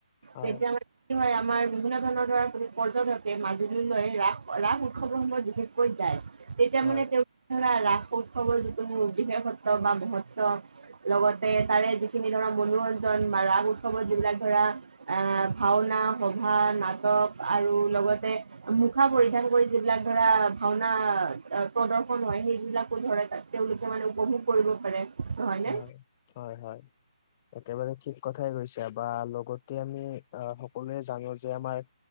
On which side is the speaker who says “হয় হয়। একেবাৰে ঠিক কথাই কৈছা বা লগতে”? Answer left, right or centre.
Left